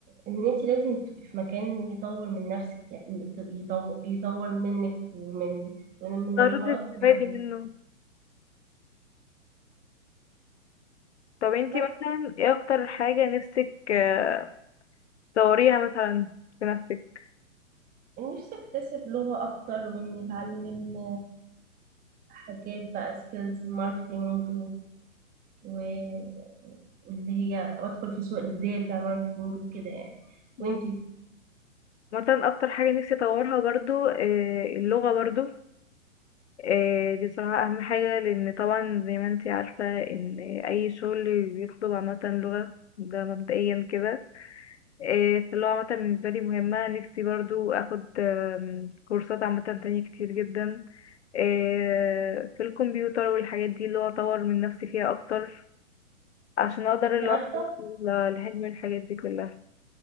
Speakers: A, on the right; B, on the left.
A: ان انت لازم تبقي في مكان يطور من نفسك يعني يطور يطور منك ومن ومن من
B: قررتي
A: المهارات
B: تستفادي
A: اللي عندك
B: منه طب انت
A: بس
B: مثلا ايه اكتر حاجة نفسك آه، تطوريها مثلا في نفسك
A: نفسي اكتسب لغة اكتر واني اتعلم حاجات بقى سكيلز ماركتينج و- واللي هي وادخل في سوق الداتا ماركتينج وكده يعني
B: مم.
A: وانتي
B: مثلا اكتر حاجة نفسي اطورها برضو آه، اللغة برضو آه، دي صراحة اهم حاجة لان طبعا زي ما انت عارفة ان اي شغل بيطلب عامة لغة ده مبدئيا كده إيه، فاللي هو عامة بالنسبة لي مهمة نفسي برضو أخد آم، كورسات عامة تانية كتير جدا إيه، في الكمبيوتر والحاجات دي اللي هو أطور من نفسي فيها أكتر عشان أقدر
A: انت
B: اللي
A: عارفه
B: هو أوصل لحلم الحاجات دي كلها